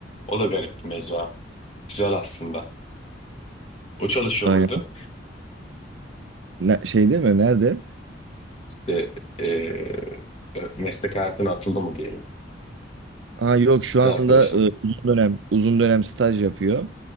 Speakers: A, on the left; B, on the right.
A: o da garip bir mecra. Güzel aslında. O çalışıyor
B: Aynen.
A: muydu?
B: Ne- şey değil mi? Nerede?
A: İşte eee, meslek hayatına atıldı mı diyelim.
B: Ha yok şu
A: Kız
B: anda
A: arkadaşın.
B: e, uzun dönem uzun dönem staj yapıyor.